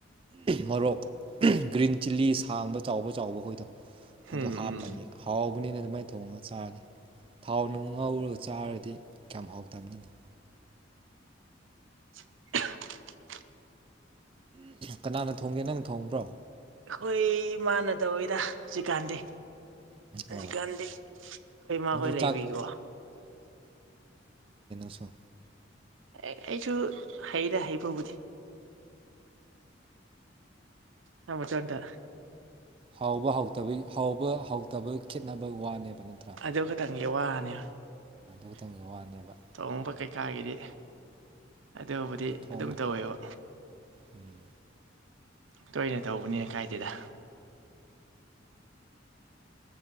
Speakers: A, on the right (about 30°); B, on the right (about 80°).
A: ꯃꯣꯔꯣꯛ ꯒ꯭ꯔꯤꯟ ꯆꯤꯜꯂꯤ ꯁꯥꯡꯕ ꯆꯥꯎꯕ ꯆꯥꯎꯕ ꯍꯣꯏꯗꯣ ꯑꯗꯣ
B: ꯎꯝ
A: ꯍꯥꯞꯄꯅꯤ
B: ꯎꯝ
A: ꯍꯥꯎꯕꯅꯤꯅꯦ ꯑꯗꯨꯃꯥꯏꯅ ꯊꯣꯡꯉꯒ ꯆꯥꯔꯤ ꯊꯥꯎ ꯅꯨꯡ ꯉꯧꯔ ꯆꯥꯔ ꯗꯤ ꯀꯌꯥꯝ ꯍꯥꯎꯇꯝꯅꯤꯅꯦ
B: <unintelligible>
A: ꯀꯅꯥꯅ ꯊꯣꯡꯒꯦ ꯅꯪꯅ ꯊꯣꯡꯕ꯭ꯔꯣ
B: ꯑꯩꯈꯣꯏ ꯃꯥꯅ ꯇꯧꯋꯤꯗ ꯍꯧꯖꯤꯛꯀꯥꯟꯗꯤ ꯍꯧꯖꯤꯛꯀꯥꯟꯗꯤ
A: ꯑꯣ
B: ꯑꯩꯈꯣꯏ ꯃꯥꯍꯣꯏ
A: ꯅꯪꯁꯨ
B: ꯂꯩꯕꯩꯀꯣ
A: ꯆꯥꯛ ꯑꯣ
B: ꯑꯩꯁꯨ ꯍꯩꯗ ꯍꯩꯕꯕꯨꯗꯤ ꯅ ꯃꯆꯣꯟꯗ
A: ꯍꯥꯎꯕ ꯍꯥꯎ ꯍꯥꯎꯕ ꯍꯥꯎꯇꯕ ꯈꯦꯠꯅꯕ ꯋꯥꯅꯦꯕ ꯅꯠꯇ꯭ꯔꯥ
B: ꯑꯗꯨ ꯈꯛꯇꯪꯒꯤ ꯋꯥꯅꯦ
A: ꯈꯛꯇꯪꯒꯤ ꯋꯥꯅꯦꯕ
B: ꯊꯣꯡꯕ ꯀꯩꯀꯥꯒꯤꯗꯤ ꯑꯗꯨꯕꯨꯗꯤ
A: ꯊꯣꯡꯕ
B: ꯑꯗꯨꯝ ꯇꯧꯋꯦꯕ
A: ꯎꯝ
B: ꯇꯣꯏꯅ ꯇꯧꯕꯅꯤꯅ ꯀꯥꯏꯗꯦꯗ